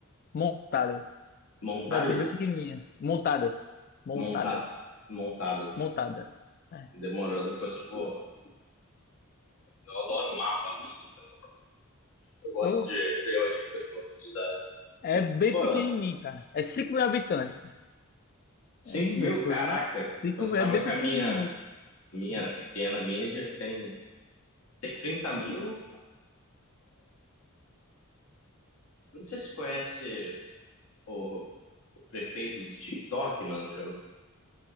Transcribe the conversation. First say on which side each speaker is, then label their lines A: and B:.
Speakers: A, on the left (about 40°); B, on the left (about 65°).
A: Montadas.
B: Montales.
A: Cidadinha bem pequenininha. Montadas. Montadas.
B: Monta... Montadas.
A: Montadas. É,
B: Demorou, depois eu vou. Eu adoro mapa, mano, então eu gosto
A: Oh,
B: de ver onde fica as localidades.
A: é bem
B: Pô,
A: pequenininho, cara. É 5 mil habitantes.
B: Cinco
A: É minúsculo,
B: mil? Caraca!
A: viu? cinco
B: Eu pensava
A: mil, é bem
B: que
A: pequenininho
B: a minha,
A: mesmo.
B: a minha era pequena, a minha já tem Tem trinta mil. Não sei se você conhece o, o prefeito do TikTok, mano, o